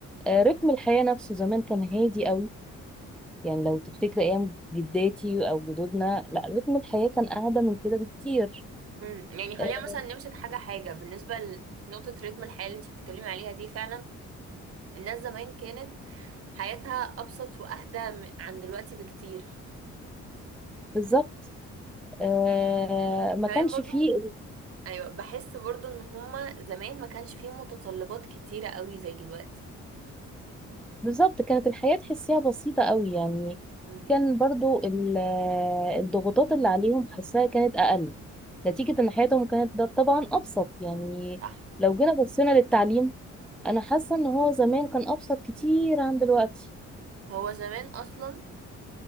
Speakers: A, in the centre; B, on the right.
A: آه رتم الحياة نفسه زمان كان هادي قوي يعني لو تفتكر أيام جداتي أو جدودنا لا رتم الحياة كان أهدى من كده بكتير
B: امم يعني خلينا
A: آه،
B: مثلا نمسك حاجة حاجة بالنسبة لنقطة رتم الحياة اللي انت بتتكلمي عليها دي فعلا الناس زمان كانت حياتها ابسط واهدى من- عن دلوقتي بكتير
A: بالظبط آه ما
B: كمان
A: كانش
B: برضو
A: فيه
B: ايوه بحس برضو ان هما زمان ما كانش فيه متطلبات كتيرة قوي زي دلوقتي
A: بالظبط كانت الحياة تحسيها بسيطة قوي يعني
B: امم
A: كان برضو ال- الضغوطات اللي عليهم حسها كانت أقل نتيجة إن حياتهم كانت ده طبعا أبسط يعني
B: صح
A: لو جينا بصينا للتعليم أنا حاسة إن هو زمان كان أبسط كتير عن دلوقتي
B: هو زمان اصلا